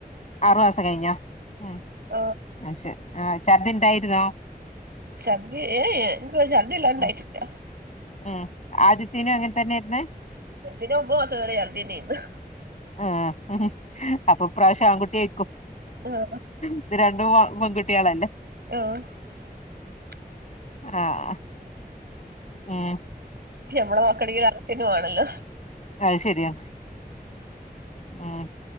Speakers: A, on the left; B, on the right.
A: ആറുമാസം കഴിഞ്ഞോ ഉം
B: ആഹ്
A: അയ് ശരി ആ ചർദിണ്ടായിരുന്നോ
B: ഛർദി എ എ ഇൻക്ക് ചർദി ഇല്ലാണ്ടായിട്ടില്ല
A: ഉം ഉം ആദിത്യേനും അങ്ങൻ തന്നെയ്ര്ന്ന്
B: ഇതിന് മുമ്പ് <unintelligible> തന്നെയ്ര്ന്ന്
A: ഉം അപ്പൊ ഇപ്രാവശ്യം ആൺകുട്ടിയായ്ര്ക്കും
B: ആഹ്
A: ഇത് രണ്ടും പെൺകുട്ടിയെളല്ലേ
B: ആഹ് <unintelligible>
A: ആഹ് ഉം
B: ഞമ്മള നോക്കണങ്കി ആൺകുട്ടി തന്നെ വാണല്ലോ
A: ആഹ് ശരിയാണ് ഉം